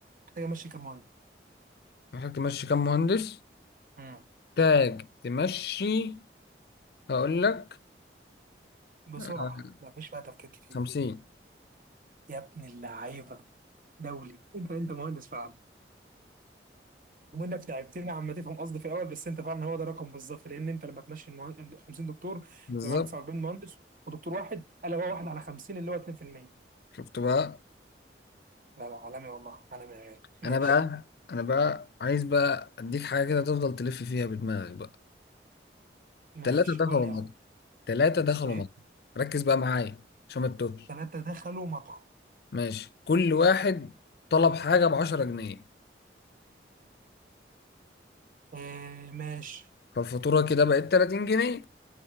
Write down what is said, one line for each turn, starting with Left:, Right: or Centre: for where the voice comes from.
Right: محتاج امشي كام مهندس
Left: محتاج تمشي كام مهندس؟
Right: امم
Left: محتاج تمشي هقول لك
Right: بسرعه
Left: آه،
Right: ما فيش بقى تفكير كتير
Left: خمسين
Right: يا ابن اللعيبه دولي انت انت مهندس فعلا وانك تعبتني عم تفهم قصدي في الاول بس انت فعلا هو ده الرقم بالظبط لان انت لما تمشي المهن- 50 دكتور يبقى
Left: بالظبط
Right: معاك 49 مهندس ودكتور واحد قال هو واحد على 50 اللي هو 2%
Left: شفت بقى
Right: لا لا عالمي والله عالمي يا غالي ماشي
Left: انا بقى انا بقى عايز بقى اديك حاجه كده تفضل تلف فيها بدماغك بقى
Right: ماشي
Left: ثلاثه دخلوا
Right: قول لي
Left: مصر
Right: يا اخو
Left: ثلاثه دخلوا
Right: ايه
Left: مصر ركز بقى معايا عشان ما تتوهش
Right: ثلاثه دخلوا مطعم
Left: ماشي كل واحد طلب حاجه ب 10 جنيه
Right: إيه ماشي
Left: فالفاتوره كده بقت 30 جنيه